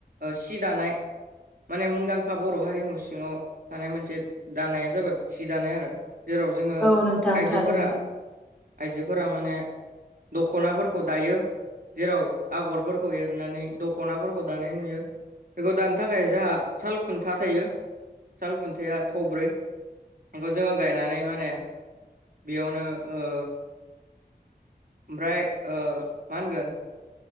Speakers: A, on the right (about 55°); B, in the centre.
A: औ सि दानाय माने मुंदांखा बर' हारिमु सिङाव थानाय मोनसे दानाया जाबाय सि दानाय आरो जेराव जोङो
B: औ नोंथां
A: आइजोफोरा
B: थारैनो
A: आइजोफोरा माने दख'नाफोरखौ दायो जेराव आगरफोरखौ एरनानै दख'नाफोरखौ दानाय नुयो बेखौ दानो थाखाय जोंहा साल खुन्था थायो साल खुन्थाया थब्रै बेखौ जोङो गायनानै माने बेयावनो ओ ओमफ्राय ओ मा होनगोन